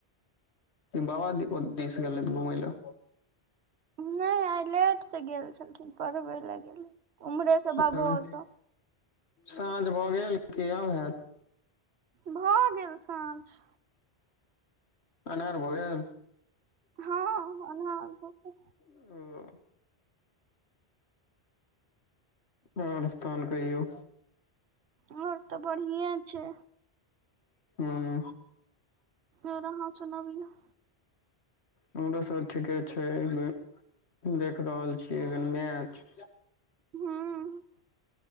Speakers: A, on the left; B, on the right.
A: बाबा दिस गेलैथ घुमय लऽ
B: नय आइ लेट से गेल छलखिन पढ़बै लऽ गेले ओम्हरेसँ
A: लए
B: बाबो ओता
A: साँझ भऽ गेल कि आब हैत
B: भऽ गेल साँझ
A: अन्हार भऽ गेल
B: हँ अन्हार भऽ गेल
A: अ, आओर सब तहन कहियौ
B: आओर तऽ बढ़िएँ छै
A: हूं
B: आओर अहाँ सुनबियौ
A: हमरो सब ठीके छै ऐमे देख रहल छियै एखन मैच
B: हूँ